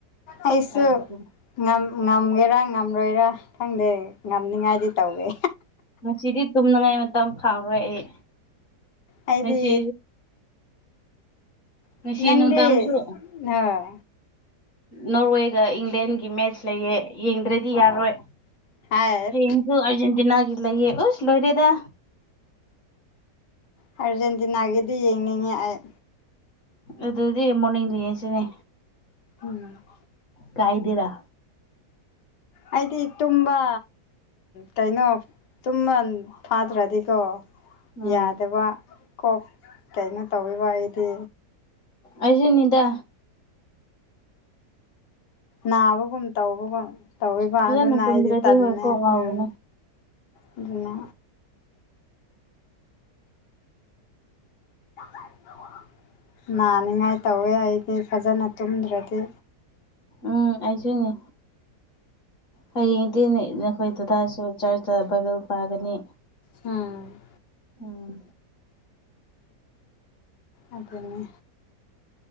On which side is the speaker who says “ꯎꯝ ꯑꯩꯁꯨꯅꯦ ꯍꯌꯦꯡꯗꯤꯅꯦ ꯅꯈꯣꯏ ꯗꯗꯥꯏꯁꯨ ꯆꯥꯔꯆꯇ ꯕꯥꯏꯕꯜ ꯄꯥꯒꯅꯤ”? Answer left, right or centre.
Left